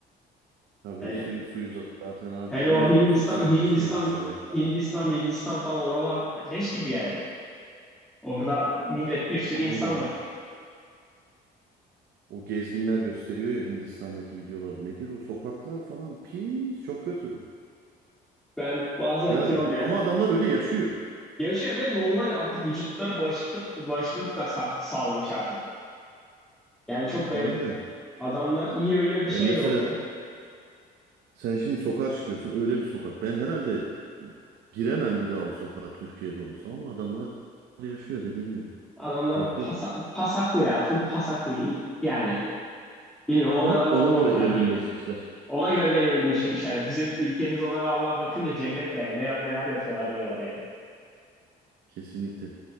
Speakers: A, on the right; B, in the centre.
A: Tabii
B: Hani
A: suyu, suyu zaten abi.
B: hele
A: Musluk
B: o Hindistan,
A: suyu
B: Hindistan,
A: hiçbir yere içmemek lazım.
B: Hindistan, Hindistan falan oralar leş gibi yani. Orada millet bir sürü
A: Aynen
B: insan
A: ya.
B: var.
A: O gezginler gösteriyor ya Hindistan'daki videoları. Nedir o sokaklar falan pis çok kötü.
B: Ben bazen
A: Ya
B: diyorum
A: bi-
B: ya.
A: ama adamlar öyle yaşıyor.
B: Yaşıyor ve normal artık vücutları bağışıklık, bağışıklık da sa- sağlamış artık. Yani çok garip.
A: Aynen.
B: Adamlar yiyor yiyor bir şey
A: Yani mesela
B: de olmuyor.
A: Sen şimdi sokağa çıkıyorsun öyle bir sokak. Ben herhalde giremem bir daha o sokağa Türkiye'de olsa ama adamlar yaşıyor dediğin gibi.
B: Adamlar
A: Farklı.
B: pasa- pasaklı ya. Full pasaklı. Yani bilmiyorum onlara
A: <laughs>
B: da
A: Ona
B: o normal
A: göre evrimleşmişler.
B: geliyor. Ona göre de evrimleşmişler. Yani bizim ülkemiz ona vallahi bakınca cennet yani. Ne, neler yapıyorlar diyorlar yani.
A: Kesinlikle.